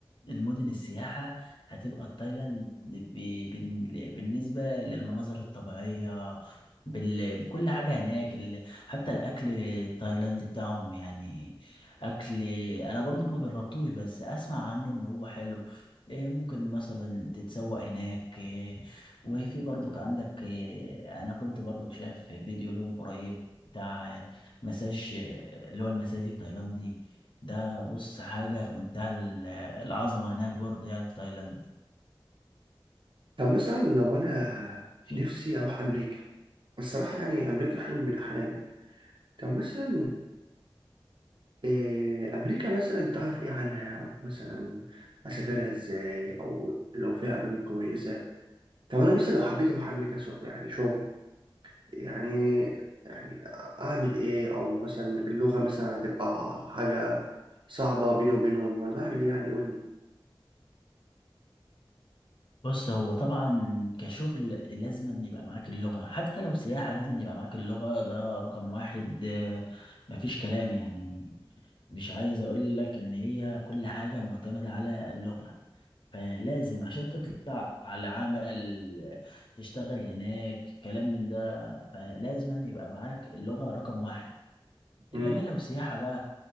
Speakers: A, on the left; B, on the right.
A: المدن السياحة هتبقى تايلاند ب- بال- بالنسبة للمناظر الطبيعية بال... بكل حاجة هناك ال... حتى الأكل التايلاندي بتاعهم يعني أكل أنا برضك ما جربتوش بس أسمع عنه إن هو حلو إيه، ممكن مثلا تتسوق هناك إيه، وفي برضك عندك إيه، أنا كنت برضك شايف فيديو لهم قريب بتاع مساج آه، اللي هو المساج التايلاندي ده بص حاجة في منتهى ال- العظمة هناك برضه يعني في تايلاند
B: طب مثلا لو أنا
A: في
B: نفسي أروح أمريكا الصراحة يعني أمريكا حلم من أحلامي طب مثلا آه، آه، أمريكا مثلا تعرف إيه عنها أو مثلا أسافرها إزاي أو لو فيها أماكن كويسة طب أنا مثلا لو حبيت أروح أمريكا شغل يعني شغل يعني يعني أعمل إيه أو مثلا اللغة مثلا هتبقى حاجة صعبة بيني وبينهم ولا أعمل إيه يعني قول
A: بص هو طبعا كشغل لازم أن يبقى معاك اللغة حتى لو سياحة لازم أن يبقى معاك اللغة ده رقم واحد آه، مفيش كلام يعني مش عايز اقول لك ان هي كل حاجة معتمدة على اللغة فلازم عشان تطلع على عمل آه، تشتغل هناك كلام من ده فلازم أن يبقى معاك اللغة رقم واحد
B: لي
A: انما لو سياحه بقى